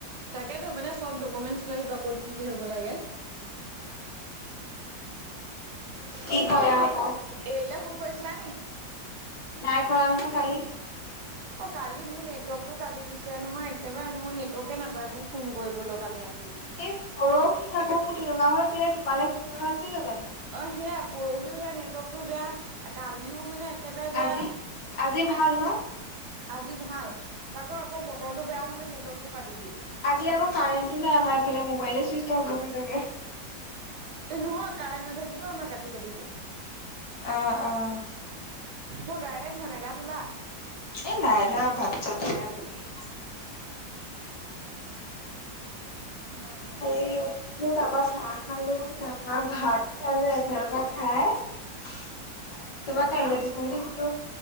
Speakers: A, on the right; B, on the left.
A: তাকেতো মানে চব ডকুমেণ্টচ লৈ আহিবা ক'ত কি হব লাগে। <unintelligible>
B: কি কয়
A: কালি
B: আৰু
A: সেই।
B: তাত
A: এইলে ফোন কৰিছিলা নেকি?
B: নাই কৰা নহয় কালি।
A: অ কালি মোৰ নেটৱৰ্কতটো কাটি দিছে নহয় একেবাৰে। মোৰ নেটৱৰ্কে নাপায় মোক ফোন কৰিবলৈ কালি ৰাতি।
B: এই পৰহি আকৌ মোৰ তেনেকোৱা হল, কেলে তোমালৈ ফোন কৰা নাছিলো জানো।
A: অ সেয়া পৰহিও সেয়া নেটৱৰ্কতটো বেয়া, কালিও মানে একেবাৰে বেয়া
B: আজি আজি ভাল ন?
A: আজি ভাল। তাকৌ আকৌ বতৰটো বেয়া হলে নেটৱৰ্কতটো কাটি দিয়ে।
B: আজি আকৌ কাৰেণ্টো নাই আমাৰ এইফালে মোবাইলে চুইচ অফ হ'বগে চাগে।
A: এ নহয় কাৰেন্ট নাথাকিলেও আমাৰ কাটি কাটি দিয়ে।
B: আহ আহ।
A: মই গায়ে ধোৱা নাই, গা ধোলা?
B: এই নাই ধোৱা ভাত চাত খাই বহি আছো।
A: অ
B: হেই উঠিলো, তাৰ পৰা চাহ খালো, তাৰপাৰা ভাত খালো এফালৰ পৰা খাই। তাৰপৰা কাহি
A: আহ
B: বাতি চাহি বাতি ধুলো।